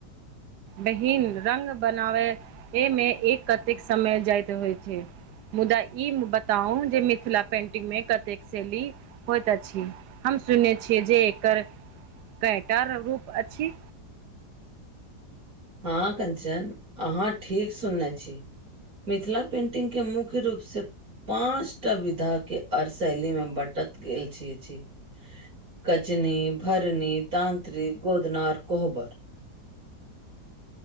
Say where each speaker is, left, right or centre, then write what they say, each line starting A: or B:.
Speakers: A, on the right; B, on the right.
A: बहिन रंग बनावै एहिमे एक कतेक समय जाइत होइ छै। मुदा ई बताउ जे मिथिला पेंटिंग मे कतेक शैेली होइत अछि हम सुनने छियै जे एकर कयटा रूप अछि।
B: हँ कंचन अहाँ ठीक सुनने छी मिथिला पेंटिंग के मुख्य रूपसँ पाँच टा विधाके आओर शैलीमे बँटत गेल छियै छी कचनी भरनी तानत्र्रिक गोदना आर कोहबर